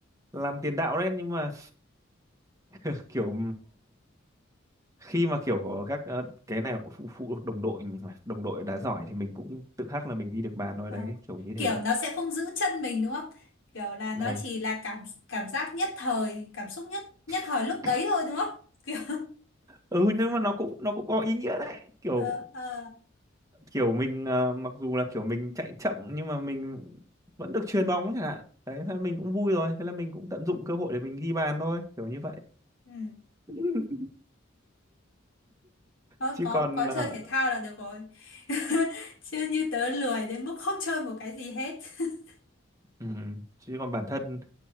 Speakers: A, on the right; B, on the left.
A: làm tiền đạo đấy nhưng mà <laughs> kiểu khi mà kiểu các ờ, cái này cũng phụ phụ thuộc đồng đội nhưng mà đồng đội đá giỏi thì mình cũng tự khắc là mình ghi được bàn thôi
B: ờ.
A: đấy kiểu như thế
B: kiểu nó sẽ không giữ chân mình đúng không kiểu là nó
A: đây
B: chỉ là cảm cảm giác nhất thời cảm xúc nhất nhất thời
A: <laughs>
B: lúc đấy thôi đúng không <laughs> kiểu
A: ừ nhưng mà nó cũng nó cũng có ý nghĩa đấy kiểu
B: ờ ờ
A: kiểu mình ờ, mặc dù là kiểu mình chạy chậm nhưng mà mình vẫn được chuyền bóng chẳng hạn đấy thế là mình cũng vui rồi thế là mình cũng tận dụng cơ hội để mình ghi bàn thôi kiểu như vậy
B: ừ
A: <laughs>
B: thôi
A: chứ
B: có
A: còn
B: có chơi
A: ờ,
B: thể thao là được rồi <laughs> chứ như tớ lười đến mức không chơi một cái gì hết <laughs>
A: ừm, chứ còn bản thân